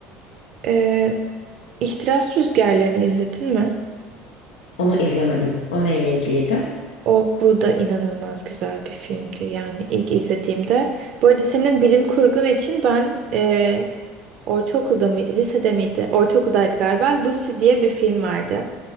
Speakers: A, on the right; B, on the left.
A: e, İhtiras Rüzgarları'nı izledin mi?
B: Onu izlemedim. O neyle ilgiliydi?
A: O bu da inanılmaz güzel bir filmdi. Yani ilk izlediğimde. Bu arada senin bilim kurgun için ben e, ortaokulda mıydı, lisede miydi? Ortaokuldaydı galiba. Lucy diye bir film vardı.